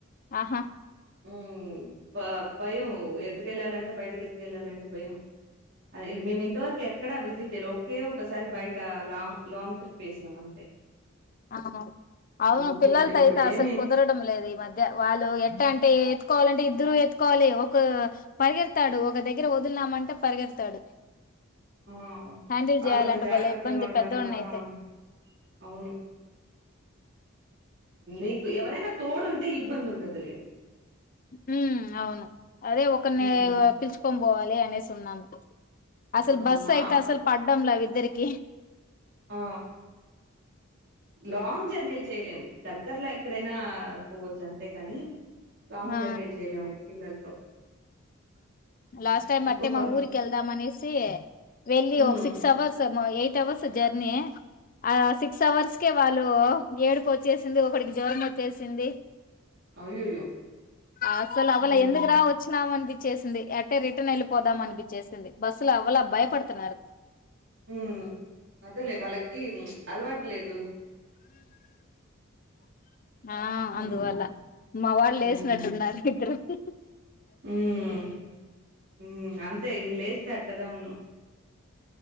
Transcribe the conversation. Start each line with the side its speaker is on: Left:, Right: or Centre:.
Left: ఆహా!
Right: ఉహ్మ్ భ భయం ఎత్తుకెళ్ళాలంటే బయటకి ఎతుకెళ్ళాలంటే భయం. అదే మేము తవరక్ ఎక్కడా విజిట్ ఎలో కే ఒకస్ సారి బయట లాంగ్ లాంగ్ ట్రిప్ వేసినాం అంతే.
Left: అవును మమ్మీ అవును, అవును
Right: ఇంకే
Left: పిల్లలతోయితే
Right: ఇప్పుడేమి
Left: అసలు కుదరడం లేదు. ఈ మధ్య వాళ్ళు ఎట్ట అంటే ఎత్తుకోవాలంటే,. ఎదురు ఎత్తుకోవాలి ఒక పరిగెడతాడు, ఒక దగ్గర వదులినామంటే పరిగెడతాడు.
Right: మ్మ్
Left: హ్యాండిల్
Right: ఆళ్ళతో
Left: చేయాలంటే
Right: జాగ్రత్తగా
Left: భలే ఇబ్బంది
Right: ఉండాల
Left: పెద్దోడిని
Right: ఆ
Left: అయితే
Right: అవును అవును నీకు ఎవరైనా తోడుంటే ఇబ్బంది ఉండదు లే
Left: హ్మ్ అవును అదే ఒకరిని
Right: ఉమ్,
Left: గా పిలుచుకొని పోవాలే అనేసి ఉన్నాను
Right: ఆ
Left: అసలు బస్సు
Right: మా
Left: అయితే అస్సలు పడ్డం <unintelligible> ఇద్దరికి
Right: ఆ లాంగ్ జర్నీలు చేయలేము త గ్గర్లో ఎక్కడైనా పోవచ్చు అన్ తే కానీ లాంగ్
Left: ఆ
Right: జెర్నీలు చేయలేము ఇప్ పిల్లలతో ఉమ్,
Left: లాస్ట్ టైమ్
Right: ఇంకో
Left: అట్టే
Right: కొన్
Left: మా ఊరికి వెళ్దాం అనేసి వెళ్ళి
Right: ఉమ్
Left: ఒక సిక్స్ అవర్స్ ఏమో యే యిట్ అవర్స్ జర్నీ ఆ సిక్స్ అవర్స్ కే వాళ్ళు ళ్ళు ఏడుపు వచ్చేసింది ఒకడికి జ్వరం వచ్చేసింది
Right: అయ్యయ్యో
Left: ఆస్సల్ అవ్వలే
Right: ఉమ్
Left: ఎందుకు రా వచ్చినాము అన్పి చేసింది అట్టే రిటర్న్ వెళ్ళిపోదాం అనిపిచ్చేసింది బస్సులో అవ్వలా భయపడుతున్నారు
Right: ఉమ్ అదేలే వాళ్ళకి ప్చ్ అలవాటులేదు
Left: ఆ అందువల్ల
Right: ఉమ్
Left: మా వాడు లేసినట్టున్నాడు,
Right: ఉమ్
Left: నిద్దరవో
Right: ఉమ్ మ్మ్ అంతే ఇంక లేస్తే కదావును